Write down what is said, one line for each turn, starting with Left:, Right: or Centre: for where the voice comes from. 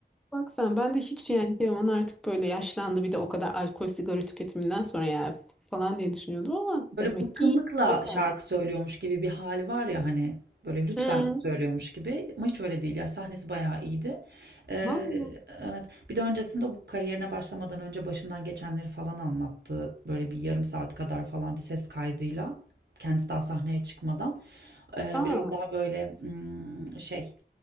Centre: Bak sen ben de hiç yani Teoman artık böyle yaşlandı bir de o kadar alkol sigara tüketiminden sonra ya falan diye düşünüyordum ama
Right: Böyle
Centre: demek
Right: bıkkınlıkla
Centre: ki gitmek
Right: şarkı
Centre: lazım.
Right: söylüyormuş gibi bir hali var ya hani böyle lütfen
Centre: Hı.
Right: söylüyormuş gibi ama hiç öyle değil ya sahnesi bayağı iyiydi. Ee,
Centre: Vallahi.
Right: evet bir de öncesinde bu kariyerine başlamadan önce başından geçenleri falan anlattı böyle bir yarım saat kadar falan bir ses kaydıyla kendisi daha sahneye çıkmadan Ee,
Centre: Aa,
Right: biraz daha böyle hmm, şey